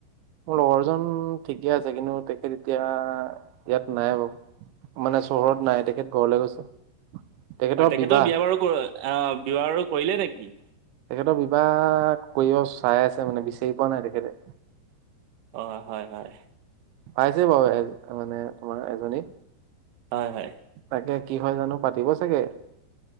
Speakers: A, on the right (about 80°); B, on the right (about 55°).
A: মোৰ লগৰ জন ঠিকে আছে। কিন্তু তেখেত তেতিয়া ইয়াত নাই বাৰু মানে চহৰত নাই তেখেত ঘৰলে গৈছে। তেখেতৰ
B: হয় তেখেততেও
A: বিবাহ
B: বিয়া বাৰু অ বিয়া বাৰু কৰিলে নেকি
A: তেখেতৰ বিবাহ কৰিব চাই আছে মানে বিচাৰি পোৱা নাই তেখেতে
B: অঁ হয় হয়
A: পাইছে বাৰু মানে তোমাৰ এজনী
B: হয় হয়
A: তাকে কি হয় জানো পাতিব চাগে।